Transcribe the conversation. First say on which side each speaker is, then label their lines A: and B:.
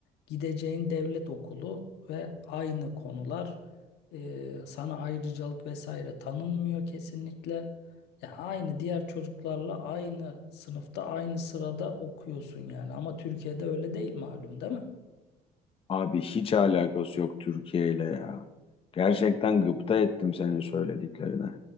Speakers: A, on the left; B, on the left.
A: Gideceğin devlet okulu ve aynı konular e, sana ayrıcalık vesaire tanınmıyor kesinlikle. Ya aynı diğer çocuklarla aynı sınıfta aynı sırada okuyorsun yani ama Türkiye'de öyle değil malum değil mi?
B: Abi hiç alakası yok Türkiye ile ya. Gerçekten gıpta ettim senin söylediklerine.